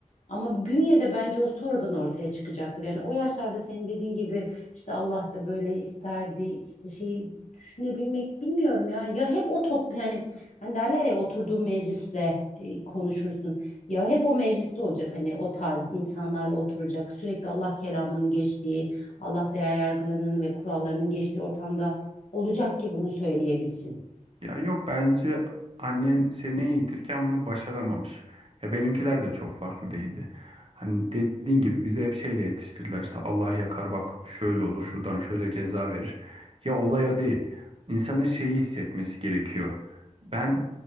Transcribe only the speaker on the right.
Ya yok bence annen seni eğitirken bunu başaramamış. Ya benimkiler de çok farklı değildi. Hani dediğin gibi bize hep şeyle yetiştirdiler işte Allah yakar bak şöyle olur şuradan şöyle ceza verir. Ya olay o değil. İnsanın şeyi hissetmesi gerekiyor. Ben